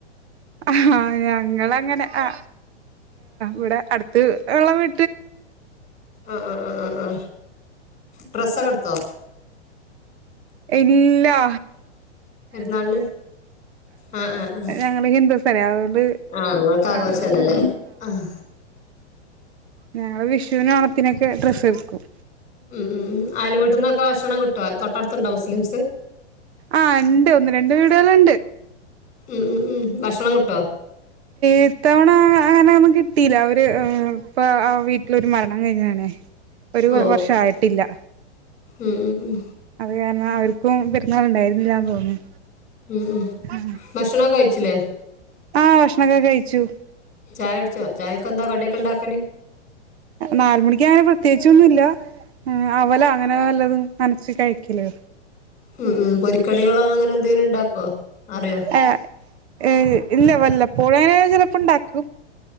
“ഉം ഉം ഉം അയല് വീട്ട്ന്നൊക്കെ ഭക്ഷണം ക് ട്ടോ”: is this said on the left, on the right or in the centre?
Left